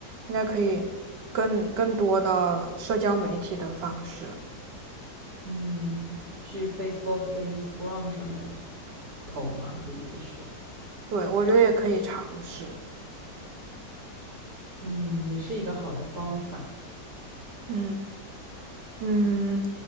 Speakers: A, on the right (about 75°); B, on the right (about 60°).
A: 现在可以更更多的社交媒体的方式，
B: 嗯，去 Facebook 跟 Instagram 上面投嘛？你的意思是，
A: 对，我觉得也可以尝试。
B: 嗯，也是一个好的方法。
A: 嗯嗯